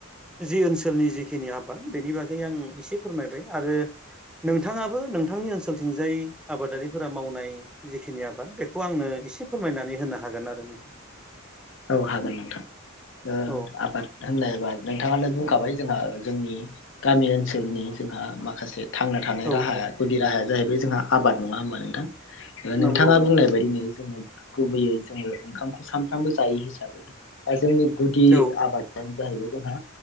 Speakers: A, in the centre; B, on the left.
A: जि ओनसोलनि जिखिनि आबाद बेनि बागै आं एसे फोरमायबाय आरो नोंथाङाबो नोंथांनि ओनसोलथिंजाय आबादारिफोरा मावनाय जिखिनि आबाद बेखौ आंनो ओ एसे फोरमायनानै होनो हागोन आरो नोंथां।
B: औ हागोन नोंथां ओ
A: औ
B: आबाद होननायबा नोंथाङानो बुंखाबाय जोंहा जोंनि गामि ओनसोलनि जोंहा माखासे थांना थानाय
A: औ
B: राहाया
A: औ
B: गुदि राहाया जाहैबाय जोंहा आबाद नङा होनोमबा नोंथां नोंथाङा
A: नंगौ नंगौ
B: बुंनाय बायदिनो जोङो गुबैयै जोङो ओंखामखौ सानफ्रामबो जायो हिसाबै आमफ्राय जोंनि गुदि
A: औ
B: आबादानो
A: औ
B: जाहैबाय जोंहा